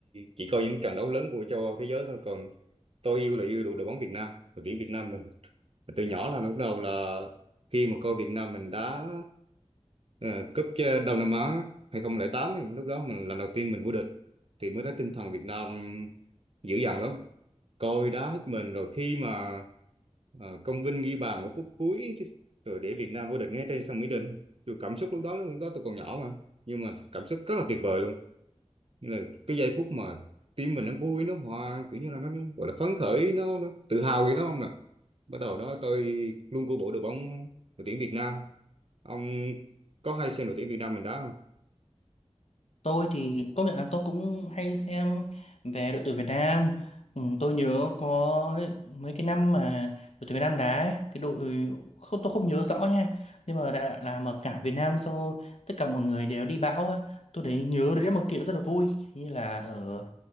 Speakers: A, on the right; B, on the left.
A: chỉ coi những trận đấu lớn của châu Âu thế giới thôi còn tôi yêu là yêu đội đội bóng Việt Nam đội tuyển Việt Nam mình Mà từ nhỏ là lúc đầu là khi mà coi Việt Nam mình đá Ờ, cúp ờ, Đông Nam Á 2008 ấy, lúc đó mình lần đầu tiên mình vô địch thì mới thấy tinh thần Việt Nam dữ dằn lắm coi đá hết mình rồi khi mà ờ, Công Vinh ghi bàn ở phút cuối thì- rồi để Việt Nam vô địch ngay trên sân Mỹ Đình tôi cảm xúc lúc đó lúc đó tôi còn nhỏ mà nhưng mà cảm xúc rất là tuyệt vời luôn như là cái giây phút mà tim mình nó vui nó hòa kiểu như là nó gọi là phấn khởi nó, nó tự hào gì đó ông nè bắt đầu đó tôi luôn cổ vũ đội bóng đội tuyển Việt Nam ông có hay xem đội tuyển Việt Nam mình đá không
B: Tôi thì công nhận là tôi cũng hay xem về đội tuyển Việt Nam. Ừ, tôi nhớ có mấy cái năm mà đội tuyển Việt Nam đá ấy, cái đội không, tôi không nhớ rõ nha nhưng mà đã là mà cả Việt Nam sau tất cả mọi người đều đi bão á. tôi đấy nhớ đấy là một kiện rất là vui như là ở